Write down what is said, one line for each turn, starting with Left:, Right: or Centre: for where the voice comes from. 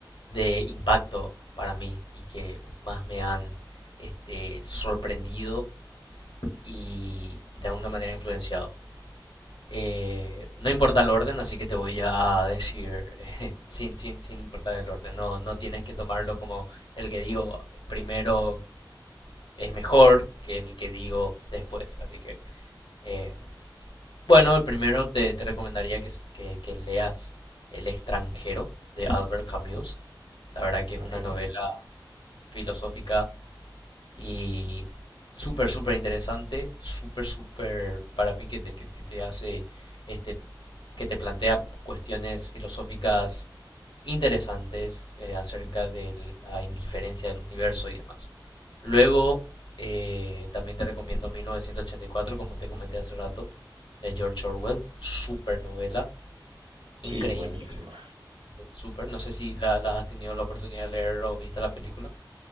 Left: de impacto para mí y que más me han este, sorprendido y de alguna manera influenciado. Eh, no importa el orden, así que te voy a decir <laughs> sin, sin, sin importar el orden. No, no tienes que tomarlo como el que digo primero es mejor que el que digo después. Así que, eh, bueno, primero te, te recomendaría que, que- que leas El extranjero de Albert Camus. La verdad que es
Right: Ok.
Left: una novela filosófica Y súper, súper interesante, súper, súper para mí que te, que- que te hace, este, que te plantea cuestiones filosóficas interesantes eh, acerca de la indiferencia del universo y demás. Luego, eh, también te recomiendo 1984, como te comenté hace rato, de George Orwell, súper novela,
Right: Sí,
Left: increíble,
Right: buenísima.
Left: súper. No sé si la, la has tenido la oportunidad de leer o viste la película.